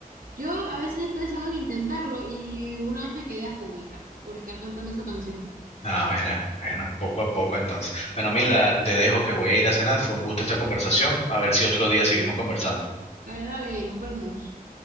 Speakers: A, on the right; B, on the left.
A: yo a veces he pensado en intentarlo y una vez me quedé afónica por estar cantando esa canción.
B: ah, mira, bueno, poco a poco entonces. Bueno, Mila, te dejo que voy a ir a cenar, fue un gusto esta conversación, a ver si otro día seguimos conversando.
A: Dale, dale, nos vemos.